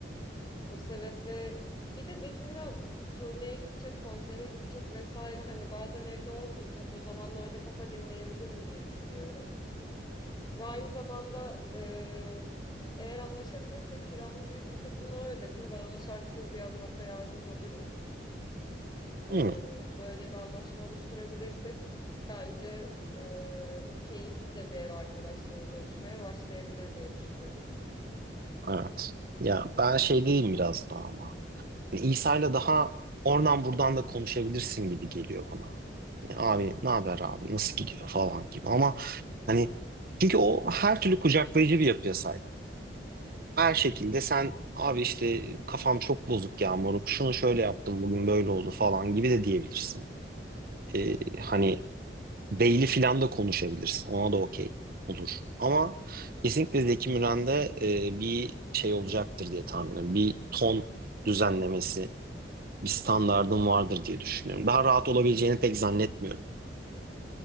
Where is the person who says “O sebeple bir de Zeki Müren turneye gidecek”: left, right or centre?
Left